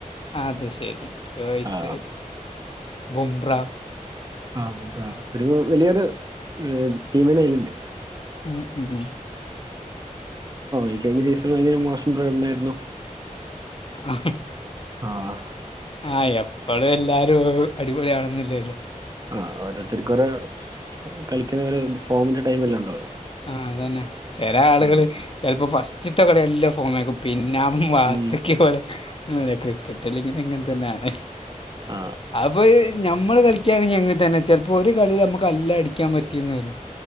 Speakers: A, on the left; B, on the right.
A: അത ശരി രോഹിത്
B: ആഹ്
A: ബുമ്ര
B: ആ ഒരു വലിയൊരു ടീമിനെ അയലുണ്ട്
A: ഉം ഉം ഉം
B: ഈ കഴിഞ്ഞ സീസൺ ഭയങ്കര മോശം പ്രകടനമായിരുന്നു
A: ആഹ
B: ആഹ്
A: ആ് എപ്പോഴും എല്ലാരും അടിപൊളിയാണന്നില്ലല്ലോ
B: ആ ഓരോരുത്തർക്ക് കുറെ കളിക്കുന്ന ഒരു ഫോമിന്റെ ടൈംല്ലാം ഉണ്ടാവൂലേ
A: ആ അതന്നെ ചെല ആളുകള്
B: ഉം
A: ചിലപ്പോ ഫസ്റ്റിത്തെ കളിയല്ല ഫോമക്ക പിന്നെ ആ വാത്തക്ക
B: ഉം
A: പോലെ ക്രിക്കറ്റ് അല്ലെങ്ങനെ എങ്ങനെ തന്നെയാണ്
B: ആ
A: അപ്പൊ നമ്മള് കളിക്കാണെങ്കിൽ എങ്ങനെ തന്നെ ചിലപ്പോ ഒരു കളി നമ്മുക്ക് അല്ലാം അടിക്കാൻ പറ്റിയന്ന് വരും